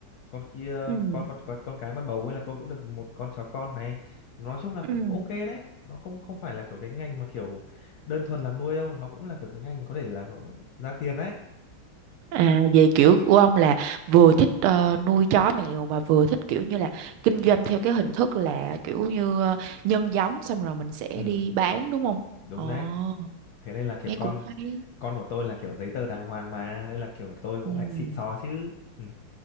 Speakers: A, on the left; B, on the right.
A: con kia
B: ừ
A: con con con con cái mà bầu ấy là tôi cũng được một con chó con này nói chung là
B: ừ
A: cũng ok đấy nó không không phải là kiểu cái ngành mà kiểu đơn thuần là nuôi đâu nó cũng là kiểu cái ngành có thể là ra tiền đấy
B: À, về kiểu của ông là vừa thích ờ, nuôi chó mèo mà vừa thích kiểu như là kinh doanh theo cái hình thức là kiểu như ờ, nhân giống xong rồi mình sẽ
A: ừ
B: đi bán đúng không?
A: đúng
B: Ồ,
A: đấy thế nên là kiểu
B: nghe
A: con
B: cũng hay.
A: con của tôi là kiểu giấy tờ đàng hoàng mà nên là kiểu tôi cũng
B: Ừ,
A: phải xịn sò chứ <laughs> ừ.